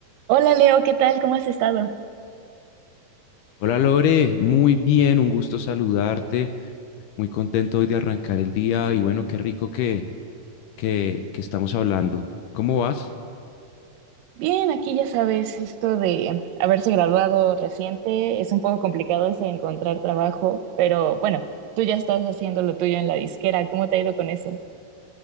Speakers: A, on the right (about 80°); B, on the left (about 80°).
A: Hola Leo, ¿qué tal? ¿Cómo has estado?
B: Hola Lore, muy bien, un gusto saludarte, muy contento hoy de arrancar el día y bueno, qué rico que, que, que estamos hablando. ¿Cómo vas?
A: Bien, aquí ya sabes, esto de haberse graduado reciente es un poco complicado eso de encontrar trabajo, pero bueno, tú ya estás haciendo lo tuyo en la disquera, ¿cómo te ha ido con eso?